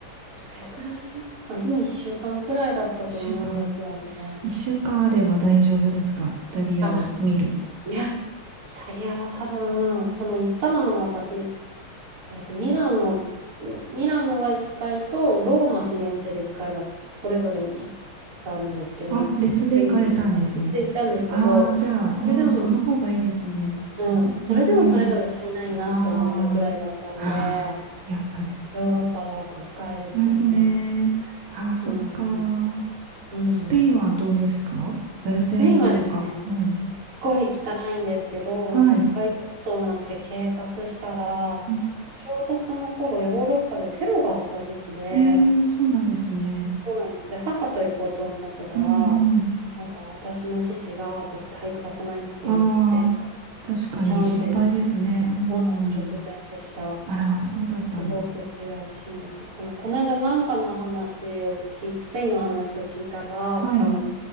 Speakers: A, on the right; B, on the right.
A: どれくらいだったかな、でも1週間くらいだったと思うんですよね。
B: 一週間。一週間あれば大丈夫ですかイタリアを見る。
A: あ、いや、イタリアは多分、その行ったのも私、えっと、ミラノ、ミラノが1回と、ローマ、フィレンツェで1回だ、それぞれ行ったんですけど、
B: あ、別で行かれたんですね。
A: でもね別で行ったんですけど、
B: ああ、じゃあ、うん、
A: それでも、
B: その方がいいですね。
A: うん、それでもそれぞれ足りないなと思ったくらいだったので、
B: うん。ああ、はあやっぱり。
A: ヨーロッパは奥深いですよね。
B: ですね。ああ、そっか。
A: うん、うん、うんうん。
B: スペインはどうですかバルセロナとか。
A: スペインはですね、
B: うん。
A: すっごい行きたいんですけど、
B: はい。
A: なんか一回行こうと思って計画したら、
B: うん
A: ちょうどその頃ヨーロッパでテロがあった時期で、
B: ええそうなんですね。
A: そうなんです。で、母と行こうと思ってたら、
B: うんうん。
A: なんか私の父が絶対行かせないって言って、
B: ああ、確かに心配ですね。
A: キャンセル
B: うんうん。
A: そうなんです、直前でした。
B: あら、そうだったんだ。
A: すごく悔しいんです。でも、この間なんかの話を聞いて、スペインの話を聞いたら、
B: はい。
A: あの、